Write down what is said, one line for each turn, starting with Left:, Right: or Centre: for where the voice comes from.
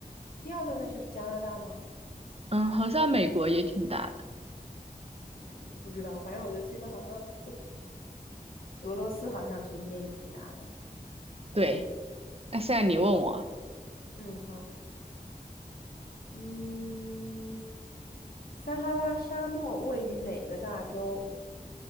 Left: 第二个那是加拿大吗？
Right: 嗯，好像美国也挺大的。
Left: 嗯，不知道，反正我就记得好像俄罗斯好像土地面积挺大的。
Right: 对，那现在你问我，
Left: 嗯，好，嗯，撒哈拉沙漠位于哪个大洲？